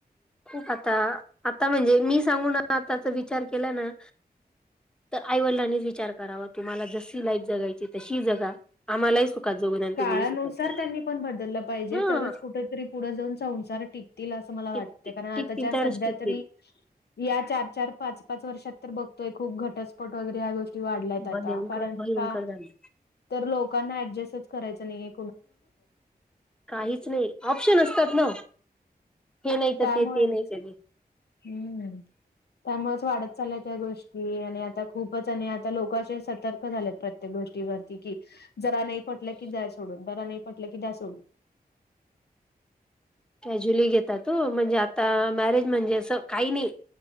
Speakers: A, in the centre; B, on the left.
A: खूप आता, आता म्हणजे मी सांगून आताचा विचार केला ना. तर आईवडिलांनीच विचार करावा तुम्हाला जशी लाईफ जगायची तशीतशी जगा. आम्हालाही सुखात जगू द्या आणि
B: काळानुसार
A: तुम्हीही सुखात जगा
B: त्यांनी पण बदललं पाहिजे,
A: हा
B: तरच कुठरी पुढं जाऊन संसार टिकतील असं मला
A: टिकतील
B: वाटते, कारण
A: टिकतील
B: आता ज्या
A: तरच
B: सध्या
A: टिकतील.
B: तरी या चार चार, पाच पाच वर्षात तर बघतोय खूप घटस्फट वगैरे ह्या गोष्टी, वाढ आ
A: भयंकर
B: कारण
A: भयंकर
B: का
A: झाले
B: तर लोकांना ऍडजस्टच करायच नाही?
A: काहीच नाही ऑप्शन असतात ना. हे नाही करते
B: त्यामुळे
A: ते नाहीक करते ते,
B: हम्म, त्यामुळेच वाढत चाललाय त्या गोष्टी, ी आणि आता खूपच आणि आता लोक अस सतर्क झालेत. प्रत्येक गोष्टीवरती कि, जरा नाही पटलं की द्या सोडून, जरा नाही पटलं की द्या सोडून,
A: कॅज्युली घेतात त म्हणजे आता मॅरेज म्हणजे असं काही नाही,